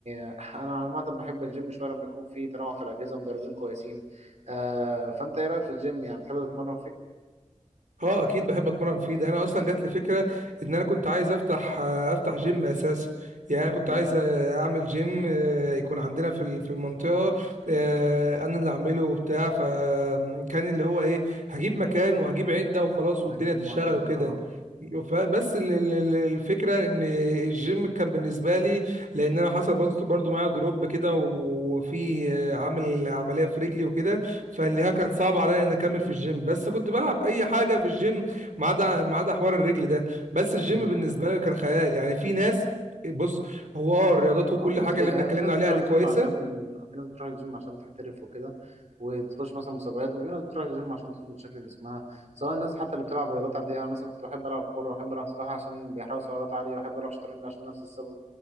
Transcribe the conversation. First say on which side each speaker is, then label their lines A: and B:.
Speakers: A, on the right; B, on the right.
A: آه، <laughs> انا عامه بحب الجيم شويه لما يكون في تنوع في الاجهزه ومدربين كويسين آه فانت ايه رايك في الجيم يعني بتحب تتمرن
B: اه اكيد بحب اتمرن فيه ده انا اصلا جات لي فكره ان انا كنت عايز افتح آه، افتح جيم اساسا يعني انا كنت
A: فيه
B: عايز آه، اعمل جيم آه، يكون عندنا في ال- في المنطقه آه، انا اللي اعمله وبتاع فكان اللي هو ايه هجيب مكان وهجيب عده وخلاص والدنيا
A: هتجيب
B: تشتغل
A: معدات
B: وكده
A: اه
B: ف- بس ال- ال- ال- الفكره ان الجيم كان بالنسبه لي لان انا حصل برضه برضه معايا دروب كده وفي آه، عامل عمليه في رجلي وكده فاللي هي كانت صعبه عليا ان اكمل في الجيم بس كنت بلعب اي حاجه في الجيم ما عدا ما عدا حوار الرجل ده بس الجيم
A: مم.
B: بالنسبه لي كان خيال يعني في ناس بص هو اه الرياضات وكل
A: او في ناس
B: حاجه
A: ب... آه،
B: اللي احنا اتكلمنا
A: في ناس بتروح
B: عليها دي
A: الجيم
B: كويسه
A: عشان في ناس بتروح الجيم عشان تحترف وكده وتخش مثلا مسابقات وفي ناس بتروح الجيم عشان تظبط شكل جسمها سواء الناس حتى اللي بتلعب رياضات عاديه انا مثلا كنت بحب العب كوره وبحب العب سباحه عشان بيحرقوا سعرات عاليه وبحب العب شطرنج عشان نفس السبب